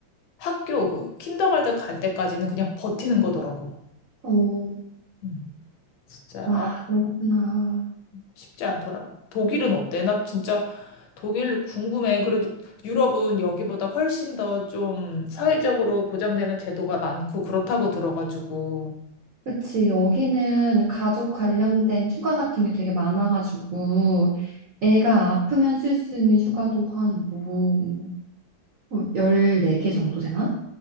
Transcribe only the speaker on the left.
학교, 그, 킨더가든 갈 때까지는 그냥 버티는 거더라고.
음, 진짜.
아,
쉽지 않더라고. 독일은 어때? 나 진짜 독일 궁금해. 그래도 유럽은 여기보다 훨씬 더 좀 사회적으로 보장되는 제도가 많고 그렇다고 들어가지고.